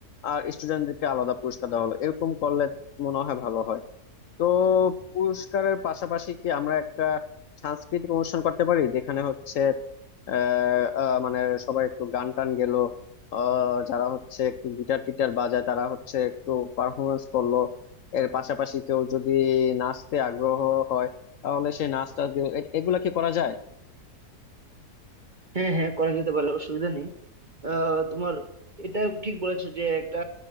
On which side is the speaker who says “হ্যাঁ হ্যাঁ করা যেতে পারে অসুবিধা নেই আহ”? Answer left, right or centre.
Right